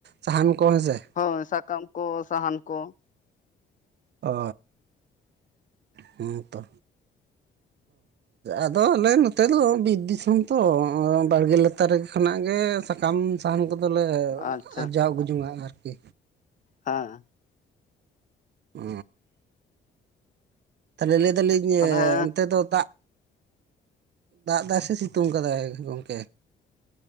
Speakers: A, on the right; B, on the left.
A: ᱥᱟᱦᱟᱱ ᱠᱚ ᱦᱮᱸ ᱥᱮ ᱻ
B: ᱦᱳᱭ ᱥᱟᱠᱟᱢ ᱠᱚ ᱥᱟᱦᱟᱱ ᱠᱚ ᱾
A: ᱚ ᱦᱮ ᱛᱚ ᱟᱫᱚ ᱟᱞᱮ ᱱᱚᱛᱮ ᱫᱚ ᱵᱤᱨ ᱫᱤᱥᱚᱢ ᱛᱚ ᱵᱟᱲᱜᱮ ᱞᱟᱛᱟᱨ ᱨᱮ ᱠᱷᱚᱱᱟᱜ ᱜᱮ ᱥᱟᱠᱟᱢ ᱥᱟᱦᱟᱱ ᱠᱚᱫᱚᱞᱮ
B: ᱟᱪᱪᱷᱟ
A: ᱟᱨᱡᱟᱣ ᱟᱹᱜᱩ ᱡᱚᱝᱟ ᱟᱨᱠᱤ
B: ᱦᱚᱸ
A: ᱚ ᱛᱟᱦᱞᱮ ᱞᱟᱹᱭᱫᱟᱞᱤᱧ
B: ᱛᱟᱞᱦᱮ
A: ᱚᱱᱛᱮ ᱫᱚ ᱫᱟᱜᱽ ᱫᱟᱜ ᱮᱫᱟᱭ ᱥᱮ ᱥᱤᱛᱩᱝ ᱠᱟᱫᱟᱭ ᱜᱚᱢᱠᱮ ᱾